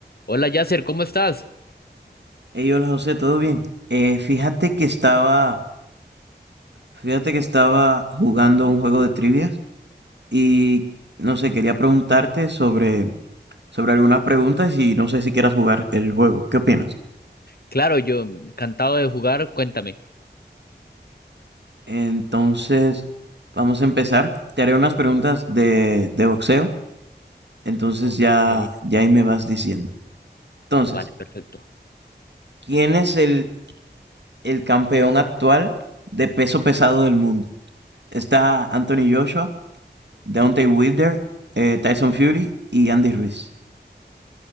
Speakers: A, on the left; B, on the right.
A: Hola Yasser, ¿cómo estás?
B: Ey, hola José, ¿todo bien? Eh, fíjate que estaba, fíjate que estaba jugando un juego de trivias y no sé, quería preguntarte sobre, sobre algunas preguntas y no sé si quieras jugar el juego. ¿Qué opinas?
A: Claro, yo encantado de jugar, cuéntame.
B: Entonces, vamos a empezar. Te haré unas preguntas de, de boxeo, entonces
A: Ok,
B: ya, ya ahí me vas diciendo. Entonces,
A: vale, perfecto.
B: ¿quién es el, el campeón actual de peso pesado del mundo? ¿Está Anthony Joshua? Deontay Wilder, eh, Tyson Fury y Andy Ruiz.